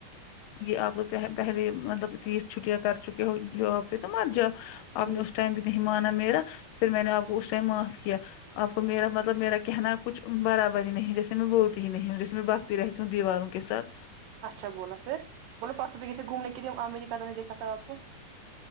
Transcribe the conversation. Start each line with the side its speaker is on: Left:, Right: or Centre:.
Left: یہ آپ پہلے پہلے مطلب تیس چھٹیاں کر چکے ہو جاب پہ تو مت جاؤ آپ
Right: ٹھیک
Left: نے اس ٹائم بھی نہیں مانا میرا پھر میں نے آپ کو اس ٹائم معاف کیا آپ کو میرا مطلب میرا کہنا کچھ برابر ہی نہیں جسے میں بولتی ہی نہیں ہوں جیسے میں بات رہتی ہوں دیواروں کے ساتھ
Right: اچھا بولا پھر بولو پرسو بھی گۓ تھے گھومنے کے لیے واں میں نے پہلے نہیں دیکھا تھا آپ کو